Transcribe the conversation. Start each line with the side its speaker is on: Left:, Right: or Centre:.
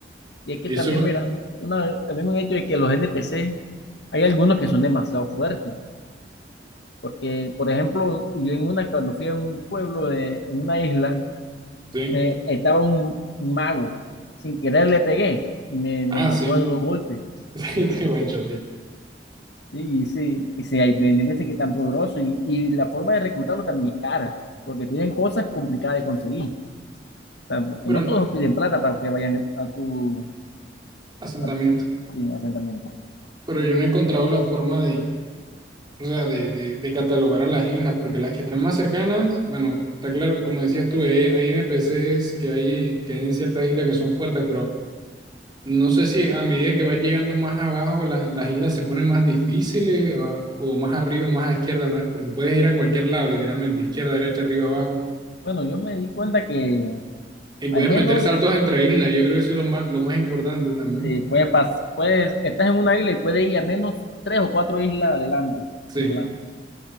Left: Y es que
Right: Eso,
Left: también, mira, una, también un hecho de que los NPC, hay algunos que son demasiado fuertes. Porque, por ejemplo, yo en una, cuando fui a un pueblo, de, en una isla,
Right: sí.
Left: me estaba un, un mago, sin querer le pegué y me, me
Right: Ah,
Left: mató
Right: sí.
Left: a dos golpes.
Right: <laughs> sí, te buen tío.
Left: Y sí, y sí, hay beneficios que es tan poderoso y, y la forma de reclutarlo también es cara, porque piden cosas complicadas de conseguir, o sea, porque
Right: Pero,
Left: no todos piden plata para que vayan a tu
Right: asentamiento.
Left: a- sí, asentamiento.
Right: Pero yo no he encontrado la forma de, o sea, de, de, de catalogar a las islas, porque las que están más cercanas, bueno, está claro, como decías tú, eh, hay NPCs que hay, que hay en ciertas islas que son fuertes, pero No sé si a medida que vas llegando más abajo, la- las islas se ponen más difíciles o, o más arriba, más a izquierda, más- porque puedes ir a cualquier lado, literalmente, izquierda, derecha, arriba, abajo.
Left: Bueno, yo me di cuenta que
Right: Y puedes
Left: al menos
Right: meter saltos entre islas. Yo creo que eso es lo más, lo más importante también.
Left: eh, puedes, pas- puedes, estás en una isla y puedes ir al menos tres o cuatro islas adelante,
Right: Sí.
Left: volando.